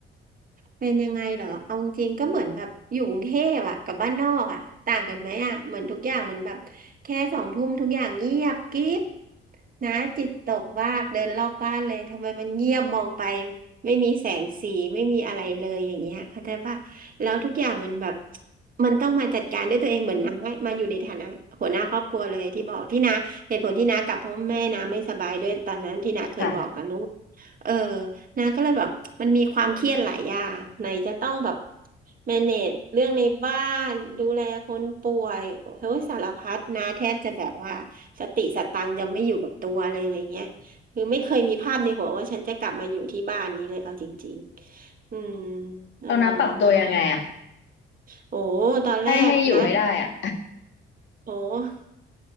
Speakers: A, on the right (about 45°); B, on the left (about 65°).
A: เป็นยังไงเหรอเอาจริงๆก็เหมือนแบบอยู่กรุงเทพอะกับบ้านนอกอะต่างกันไหมอะเหมือนทุกอย่างมันแบบแค่สองทุ่มทุกอย่างเงียบกริบนะจิตตกมากเดินรอบบ้านเลยทำไมมันเงียบมองไปไม่มีแสงสีไม่มีอะไรเลยอย่างเงี้ยเข้าใจป่ะแล้วทุกอย่างมันแบบมันต้องมาจัดการด้วยตัวเองเหมือนน้ามาอยู่ในฐานะหัวหน้าครอบครัวเลยที่บอกที่น้าเหตุผลที่น้ากลับเพราะแม่น้าไม่สบายด้วยตอนนั้นที่น้าเคยบอกตอนนู้น
B: ค่ะ
A: เออ นะก็เลยแบบมันมีความเครียดหลายอย่างไหนจะต้องแบบ manage เรื่องในบ้านดูแลคนป่วยเฮ้ยสารพัดนะแทบจะแบบว่าสติสตังค์จะไม่อยู่กับตัวเลยอะไรเงี้ยคือไม่เคยมีภาพในหัวว่าฉันจะกลับมาอยู่ที่บ้านนี้เลยเอาจริงๆอืมเออ
B: เรานะปรับตัวยังไงอ่ะ
A: นะโอ้ตอนแรกนะ
B: ให้ให้อยู่ให้ได้อ่ะ
A: โอ้